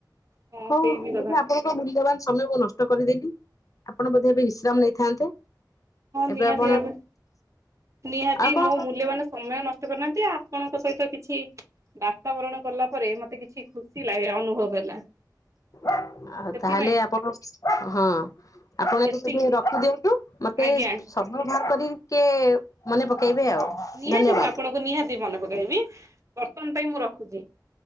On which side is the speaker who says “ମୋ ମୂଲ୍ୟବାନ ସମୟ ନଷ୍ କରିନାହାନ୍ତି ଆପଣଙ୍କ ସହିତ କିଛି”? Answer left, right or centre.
Right